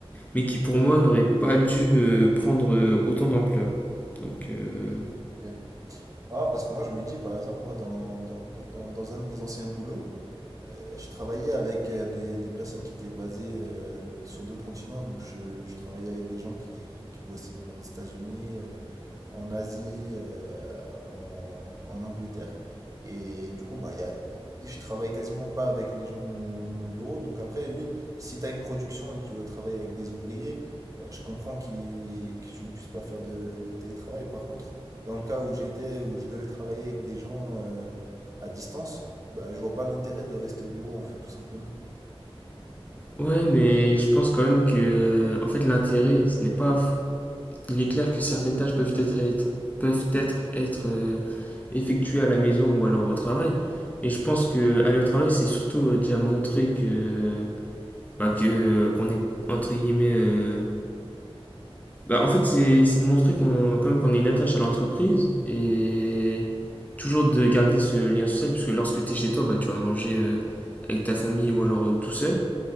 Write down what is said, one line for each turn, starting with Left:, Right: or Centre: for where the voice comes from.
Left: mais qui pour moi n'aurait pas dû euh, prendre euh, autant d'ampleur. Donc, euh,
Right: Ok. Ah, parce que moi, je me dis, par exemple, moi, dans, dans, dans, dans- dans un de mes anciens boulots, euh, je travaillais avec euh, des, des personnes qui étaient basées euh, sur d'autres continents. Donc, je, je travaillais avec des gens qui, qui bossaient dans, aux États-Unis, euh, en Asie, euh, en, en Angleterre. Et du coup, bah, il y a, je travaille quasiment pas avec les gens de mon, de mon bureau. Donc, après, oui, si tu as une production et que tu dois travailler avec des ouvriers, euh, je comprends qu'ils- que tu ne puisses pas faire de de télétravail. Par contre, dans le cas où j'étais, où je devais travailler avec des gens euh, à distance, bah, je vois pas l'intérêt de rester au bureau, en fait, tout simplement.
Left: ouais, mais je pense quand même que, euh, en fait, l'intérêt, ce n'est pas. Il est clair que certaines tâches peuvent être, être- peuvent être, être euh, effectuées à la maison ou alors au travail, mais je pense que aller au travail, c'est surtout euh, déjà montrer que bah, que euh, qu'on est entre guillemets euh, bah, en fait c'est c'est de montrer qu'on quand même qu'on est une attache à l'entreprise et toujours de garder ce lien social puisque lorsque tu es chez toi bah tu vas manger euh, avec ta famille ou alors euh, tout seul